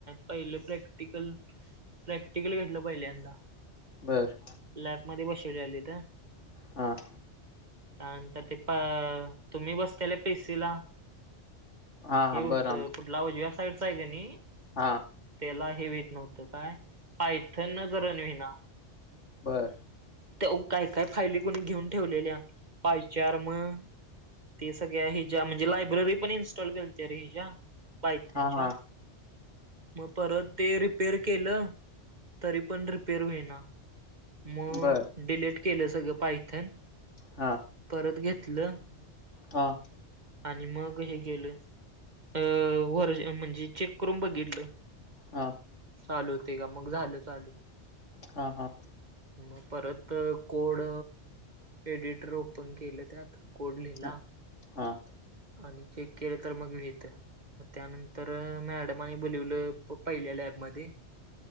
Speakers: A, on the right; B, on the left.
A: पहिलं प्रॅक्टिकल प्रॅक्टिकल घेतलं पहिल्यांदा
B: बर
A: लॅबमध्ये बसव आली तर
B: हम
A: त्यानंतर ते प तुम्ही बसताल पेसीला
B: हां,
A: हे
B: हां.
A: होतं
B: बरं
A: कुठलावज व्या साईडचं आहे का नाही
B: हा
A: त्याला हेवीेत नव्हतं काय पायथन न करण विना
B: बरं
A: त्या काय काय फायली कोुणी घेऊन ठेवलेल्या पायचार मग ते सगळ्या हिच्या म्हणजे लायब्ररी पण इन्स्टॉल केलते अ रे हिच्या पायथनच्या
B: हां, हां.
A: मग परत ते रिपेर केलं तरी पण रिपेर होईना मग
B: बरं.
A: डिलीट केलं सगळं पाहिथेन
B: हा
A: परत घेतलं
B: हां
A: आणि मग हे केलं अ वर्ज म्हणजे चेक करून बघितलं
B: हां,
A: चालू होते का मग झालं चालू
B: हा हा
A: मग परत कोड एडिटर ओपन केलं त्यात कोड लिहिला
B: हां, हां.
A: आणि चेक केले तर मग भेत मग त्यानंतर मॅडमाने बोलवलं पहिल्या लॅबमध्ये